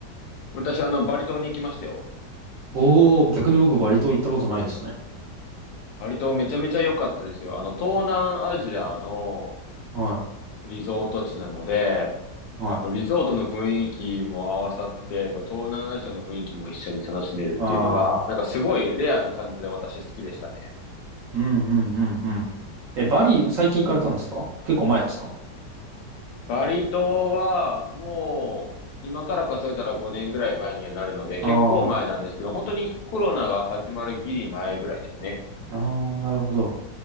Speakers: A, on the left (about 70°); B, on the right (about 65°).
A: 私、あの、バリ島に行きましたよ。
B: おー、逆に僕バリ島行ったことないですね。
A: バリ島めちゃめちゃ良かったですよ。あの、東南アジアの、
B: は
A: リゾート地なので、
B: い。はい。
A: リゾートの雰囲気も合わさって、その東南アジアの雰囲気も一緒に楽しめるっていうのが、
B: ああ、
A: なんかすごいレアな感じで私好きでしたね。
B: うんうんうんうん。え、バリ最近行かれたんですか結構前ですか
A: バリ島はもう今から数えたら5年ぐらい前にはなるので、結構前なんですけど、
B: あ
A: 本当にコロナが始まるギリ前ぐらいですね。
B: あ、ああなるほど。